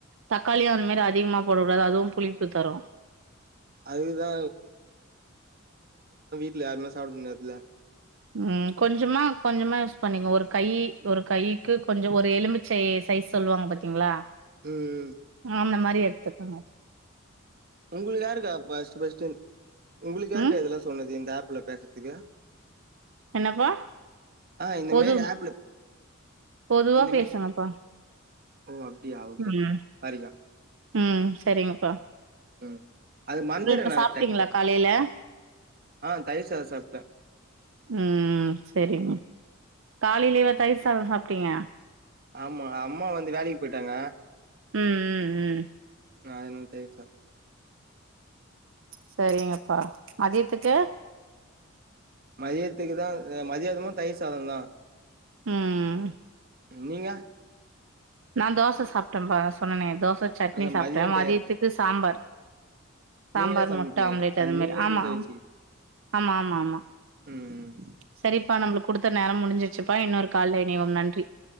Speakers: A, on the right (about 65°); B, on the right (about 45°).
A: தக்காளியு அந்த மாரி அதிகமா போடக்கூடாது அதுவு புளிப்பு தரு.
B: அதுதா இல்ல யாருமே சாப்ட முடியாதுல்ல.
A: ம் கொஞ்சமா கொஞ்சமா யூஸ் பண்ணிக்கங்க ஒரு கை ஒரு கைக்கு கொஞ்ச ஒரு எலுமிச்சை சைஸ் சொல்வாங்க பாத்தீங்ளா
B: ம் ம்
A: அந்த மாரி எடு த்துக்கணு
B: உங்களுக்கு யாருக்கா ஃபஸ்ட் ஃபஸ்ட்டு உங்களுக்கு யாருக்கா
A: ம்
B: இதெல்லா சொன்னது இந்த ஆப் ல பேசறதுக்கு?
A: என்னப்பா?
B: ஆ இந்த
A: பொது
B: மாரி ஆப்ல
A: பொதுவா
B: இந்த
A: பேசுங்கப்பா.
B: மே ஓ அப்டியா ஓகே
A: ம்
B: ஓகே சாரிக்கா.
A: ம் சரிங்கப்பா.
B: ம் அது மறந்துறே
A: ப்றோ இப்ப
B: நானு
A: சாப்டீங்ளா
B: டக்கு டக்குனு
A: காலைல?
B: ஆ தயிர் சாதோ சாப்டே.
A: ம் செரிங்க காலையிலேவா தயிர் சாதோ சாப்டீங்க?
B: ஆமா அம்மா வந்து வேலைக்கு போயிட்டாங்க.
A: ம் ம் ம்
B: நா என்ன தயிர் சாத
A: சரிங்கப்பா மதியத்துக்கு?
B: மதியத்துக்குதா ஆ மதியானமு தயிர் சாதந்தா.
A: ம்
B: நீங்க?
A: நா தோச சாப்ட்டேம்பா சொன்னனே தோச சட்னி
B: அதா
A: சாப்ட்ட
B: மதியோ
A: மதியத்துக்கு
B: கேக்குறே
A: சாம்பார் சாம்பார்
B: நீங்களே சமைப்பீங்களா
A: முட்ட ஆம்லேட் அது
B: நீங்களே
A: மாரி ஆமா
B: வீட்ல வச்சு
A: ஆமா ஆமா ஆமா.
B: ம் ம்.
A: சரிப்பா நம்மளுக்கு குடுத் த நேரோ முடிஞ்சிரு ச்சுப்பா இன்னொரு கால்ல இணைவோ நன்றி.